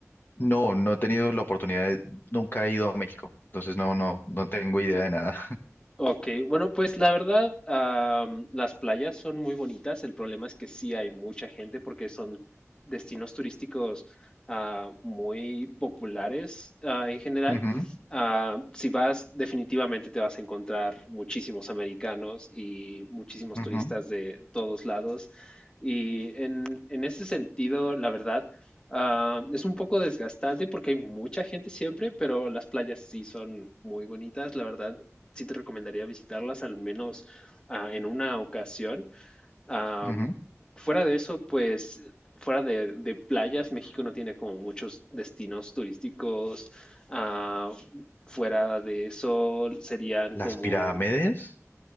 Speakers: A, on the left (about 40°); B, on the left (about 15°).
A: No, no he tenido la oportunidad de- nunca he ido a México, entonces no, no, no tengo idea de nada.
B: Ok, bueno, pues la verdad, am, las playas son muy bonitas. El problema es que sí hay mucha gente porque son destinos turísticos ah, muy populares ah, en general.
A: <laughs> Ujú,
B: Ah, si vas, definitivamente te vas a encontrar muchísimos americanos y muchísimos
A: ujú,
B: turistas de todos lados. Y en, en ese sentido, la verdad, ah, es un poco desgastante porque hay mucha gente siempre, pero las playas sí son muy bonitas, la verdad sí te recomendaría visitarlas al menos ah, en una ocasión. Am,
A: ujú.
B: fuera de eso, pues fuera de, de playas, México no tiene como muchos destinos turísticos. Ah, fuera de eso serían
A: Las
B: como,
A: pirámides.